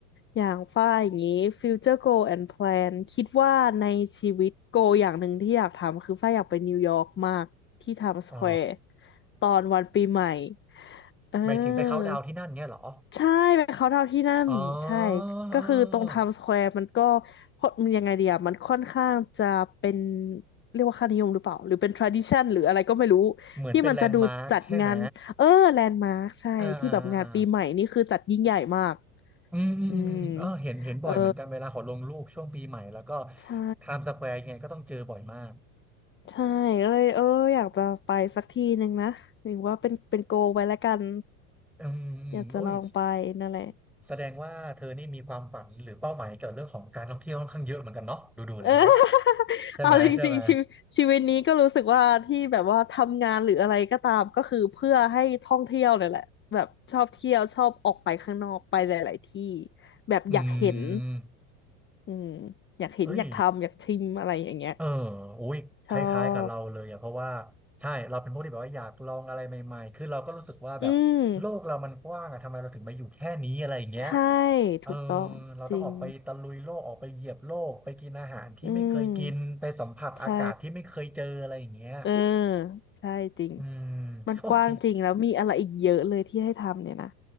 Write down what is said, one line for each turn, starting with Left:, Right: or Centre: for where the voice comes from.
Left: อย่างฝ้ายอย่างนี้ future goal and plan คิดว่าในชีวิต goal อย่างหนึ่งที่อยากทำคือฝ้ายอยากไปนิวยอร์กมากที่ i m ม s สแควร์
Centre: อ๋อ
Left: ตอนวันปีใหม่เออ
Centre: หมายถึงไปเคาท์ดาวน์ที่นั่นเงี้ยเหรอ
Left: ใช่ไปเขาน์ดาวน์ที่นั่นใช่
Centre: อ๋อเออเออ
Left: ก็คือตรงไทม์สแควร์มันก็มันยังไงเดียมันค่อนข้างจะเป็นเรียกว่าค่านิยมหรือเปล่าหรือเป็น tradition หรืออะไรก็ไม่รู้
Centre: เหมือนเป็นแลนด์มาร์คใช่ไหม
Left: ที่มันจะดูจัดงาน เออแลนด์มาร์คใช่ที่แบบงานปีใหม่นี่คือจัดยิ่งใหญ่มาก
Centre: อ่าอ่าอ่าอืมอืมอืมอืมเออเห็นเห็นบ่อยเหมือนกันเวลาขอลงรูปช่วงปีใหม่แล้วก็
Left: อืมเออใช่
Centre: ไทม์สแควร์ยังไงก็ต้องเจอบ่อยมาก
Left: ใช่ก็เลยเอออยากจะไปสักทีหนึ่งนะหรือว่าเป็นเป็นโกลไว้แล้วกัน
Centre: อืมอืมโอ้ย
Left: อยากจะลองไปนั่นแหละ <laughs>
Centre: แสดงว่าเธอนี่มีความฝันหรือเป้าหมายเกี่ยวกับเรื่องของการท่องเที่ยวค่อนข้างเยอะเหมือนกันเนาะดูดูแล้ว
Left: เออ <laughs>
Centre: ใช่ไหมใช่ไหม
Left: เอาจริงๆชีวิตชีวิตนี้ก็รู้สึกว่าที่แบบว่าทำงานหรืออะไรก็ตามก็คือเพื่อให้ท่องเที่ยวเนี่ยแหละแบบชอบเที่ยวชอบออกไปข้างนอกไปหลายๆที่แบบอยากเห็น
Centre: อืม
Left: อืมอยากเห็นอยากทำอยากชิมอะไรอย่างเงี้ย
Centre: เอ้ยเอออุ้ยคล้ายๆกับเราเลยอะเพราะว่า
Left: ชอบ
Centre: ใช่เราเป็นพวกที่แบบว่าอยากลองอะไรใหม่ๆคือเราก็รู้สึกว่าแบบโลกเรามันกว้างอะทำไมเราถึงมาอยู่แค่นี้อะไรอย่างเงี้ย
Left: อืมใช่
Centre: เออ
Left: ถูกต้องจริง
Centre: เราต้องออกไปตะลุยโลกออกไปเหยียบโลกไปกินอาหารที่ไม่เคยกินไปสัมผัสอากาศที่ไม่เคยเจออะไรอย่างเงี้ย
Left: อืมใช่เออใช่จริง
Centre: อืมโอเค
Left: มันกว้างจริงแล้วมีอะไรอีกเยอะเลยที่ให้ทำเนี่ยนะ